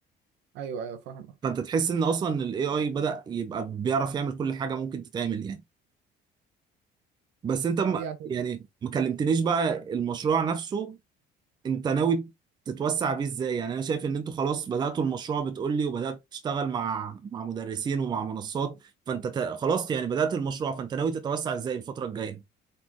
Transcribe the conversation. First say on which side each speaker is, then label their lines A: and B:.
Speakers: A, on the right; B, on the right.
A: ايوه ايوه فاهمك
B: فأنت تحس إن أصلا ال AI بدأ يبقى بيعرف يعمل كل حاجة ممكن تتعمل يعني بس أنت م-
A: يعني
B: يعني ما كلمتنيش بقى المشروع نفسه انت ناوي تتوسع بيه ازاي يعني انا شايف ان انتوا خلاص بدأتوا المشروع بتقولي وبدأت تشتغل مع مع مدرسين ومع منصات فانت ت... خلاص يعني بدأت المشروع فانت ناوي تتوسع ازاي الفترة الجاية